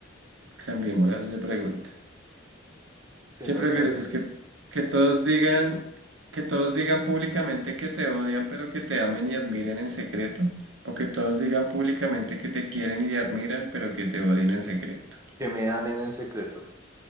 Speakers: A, on the right; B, on the right.
A: Cambiémoslas de pregunta.
B: Sí,
A: ¿Qué
B: no,
A: prefieres?
B: esa.
A: ¿Que, que todos digan, que todos digan públicamente que te odian, pero que te amen y admiren en secreto? ¿O que todos digan públicamente que te quieren y te admiran, pero que te odien en secreto?
B: Que me amen en secreto.